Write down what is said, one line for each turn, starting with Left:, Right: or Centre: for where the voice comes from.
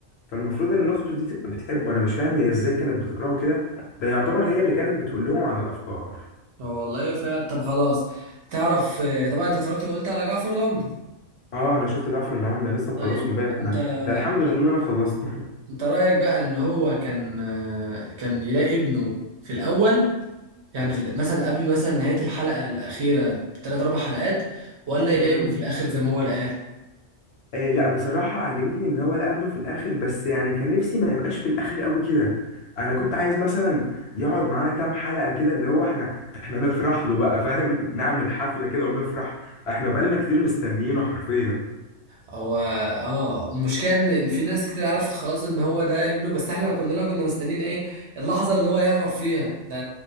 Left: فالمفروض ان اخته دي تبقى بتحبه انا مش فاهم هي ازاي كانت بتكرهه كده ده يعتبر هي اللي كانت بتقول لهم على الافكار
Right: آه، والله فعلا طب خلاص تعرف آه، طبعا انت اتفرجت وقلت على جعفر العمدة
Left: اه انا شفت جعفر العمدة لسه مخلصه
Right: طيب
Left: امبارح
Right: انت
Left: انا
Right: انت
Left: ده الحمد لله ان انا خلصته <laughs>
Right: انت رأيك بقى ان هو كان آه، كان يلاقي ابنه في الاول يعني في مثلا قبل مثلا نهاية الحلقة الأخيرة بثلاث أربع حلقات ولا يلاقي
Left: امم
Right: ابنه في الآخر زي ما هو لقاه
Left: آه لا بصراحة عجبتني إن هو لقى ابنه في الآخر بس يعني كان نفسي ما يبقاش في الآخر أوي كده أنا كنت عايز مثلا يقعد معانا كام حلقة كده اللي هو إحنا إحنا نفرح له بقى فاهم <laughs> نعمل حفلة كده ونفرح إحنا بقالنا كتير مستنيينه حرفيا
Right: هو اه المشكلة إن إن في ناس كتير عرفت خلاص إن هو ده ابنه بس إحنا كلنا كنا مستنيين إيه اللحظة اللي هو يعرف فيها ده